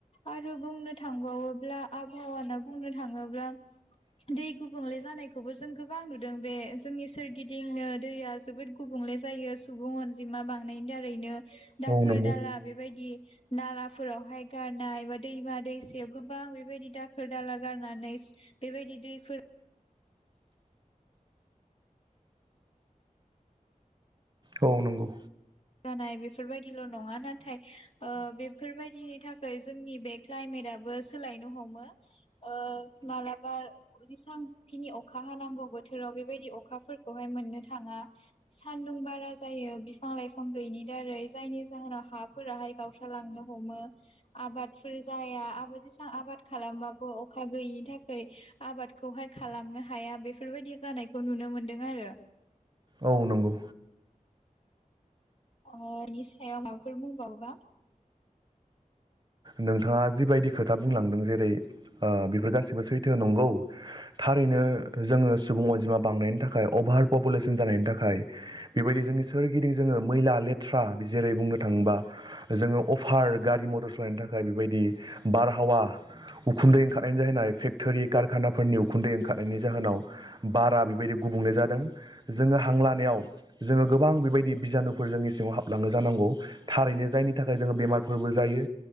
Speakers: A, on the left; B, on the right.
A: आरो बुंनो थांबावोब्ला आबहावा होना बुंनो थाङोब्ला दै गुबुंले जानायखौबो जों गोबां नुदों। बे जोंनि सोरगिदिंनो दैया जोबोद गुबुंले जायो सुबुं अनजिमा बांनायनि दारैनो। दाखोर
B: औ नंगौ
A: दाला बेबायदि नालाफोरावहाय गारनाय बा दैमा दैसायाव गोबां बेबायदि दाखोर दाला गारनानै बेबायदि दैफोर
B: औ नंगौ
A: जानाय बेफोरबायदिल' नङा नाथाय ओ बेफोरबायदिनि थाखाय जोंनि बे क्लाइमेराबो सोलायनो हमो। ओ मालाबा जेसांखिनि अखा हानांगौ बोथोराव बेबायदि अखाफोरखौहाय मोननो थाङा। सान्दुं बारा जायो बिफां लाइफ फां गैयिनि दारै जायनि जाहोनाव हाफोराहाय गावस्रालांनो हमो, आबादफोर जाया। आबाद जेसां आबाद खालामबाबो अखा गैयिनि थाखाय आबादखौहाय खालामनो हाया बेफोर बायदि जानायखौ नुनो मोनदों आरो
B: औ नंगौ
A: अ' इनि सायाव माबाफोर बुंबावोबा
B: नोंथाङा जिबायदि खोथा बुंलांदों। जेरै ओ बेफोर गासिबो सैथो नंगौ। थारैनो जोङो सुबुं अनजिमा बांनायनि थाखाय अभार पपुलेसन जानायनि थाखाय बेबायदि जोंनि सोरगिदिं जोङो मैला लेथ्रा जेरै बुंनो थाङोबा जोङो अफार गारि मटर सालायनो था खाय बेबायदि बारहावा उखुन्दै ओंखारनायनि जाहोन फेक्टरि कारखानाफोरनि उखुन्दै ओंखारनायनि जाहोनाव बारा बेबायदि गुबुंले जादों। जोङो हांलानायाव जोङो गोबां बेबायदि बिजानुफोर जोंनि सिङाव हाबलाङो जानांगौ थारैनो जायनि थाखाय जोङो बेमारफोरबो जायो।